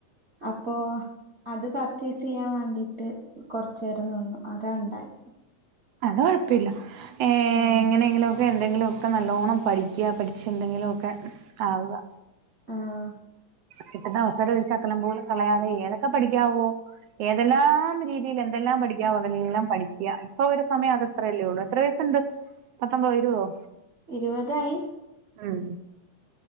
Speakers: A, on the right; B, on the right.
A: അപ്പോ അത് പർച്ചേയസ് ചെയ്യാൻ വേണ്ടീട്ട് കൊറചേരം നിന്നു അതാ ണ്ടായി
B: അത് കൊഴപ്പില്ല ഏ
A: ആഹ്
B: എങ്ങനെങ്കിലും എന്തെങ്കിലൊക്കെ നല്ലോണ്ണം പഠിക്യാ പഠിച്ച് എന്തെങ്കിലു ഒക്കെ ആവാ
A: ആഹാ
B: കിട്ടുന്ന അവസരം ഒരു ശകലം പോലും കളയാതെ ഏതൊക്കെ പഠിക്കാവോ ഏതെല്ലാം രീതിയിൽ എന്തെല്ലാം പഠിക്കാവോ അതെല്ലാം പഠിക്യാ ഇപ്പൊ ഒരു സമയം അത് അത്രയല്ലേ ഉള്ളൂ എത്ര വയസ്ണ്ട് പത്തമ്പതോ ഇരുപതോ
A: ഇരുപതായി
B: ഉം